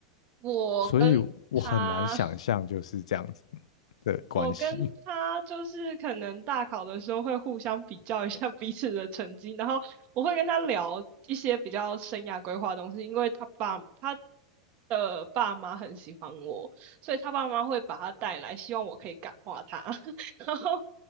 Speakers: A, on the right; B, on the left.
A: 我跟他
B: 所以我很难想象就是这样子的关系，
A: 我跟他就是可能大考的时候会互相比较一下彼此的成绩，然后我会跟他聊一些比较生涯规划的东西，因为他爸他的爸妈很喜欢我，所以他爸妈会把他带来，希望我可以感化他，<laughs> 然后